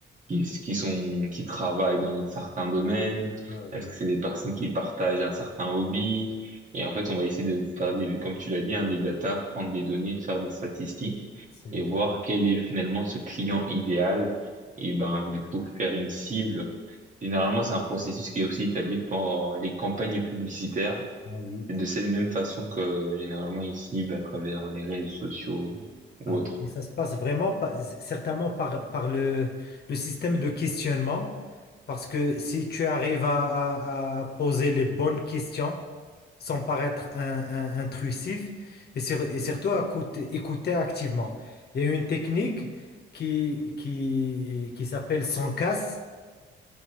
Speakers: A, on the right; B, on the left.
A: qui, qui sont, qui travaillent dans un certain domaine?
B: ah oui,
A: Est-ce que c'est des personnes qui partagent un certain hobby? Et en fait, on va essayer de faire des, comme tu l'as dit, hein, des datas, prendre des données, faire des statistiques
B: c'est
A: et
B: bien.
A: voir quel est finalement ce client idéal. Et ben, du coup, faire une cible. Généralement, c'est un processus qui est aussi établi par les campagnes publicitaires.
B: Ah oui,
A: Et de cette même façon que généralement ils ciblent à travers les réseaux sociaux ou
B: ah
A: autres.
B: oui. Et ça se passe vraiment pa- certainement par, par le, le système de questionnement, parce que si tu arrives à, à- à poser les bonnes questions sans paraître un- un- intrusif, et, sur- et surtout à écouter, écouter activement. Il y a une technique qui, qui, qui s'appelle sans casse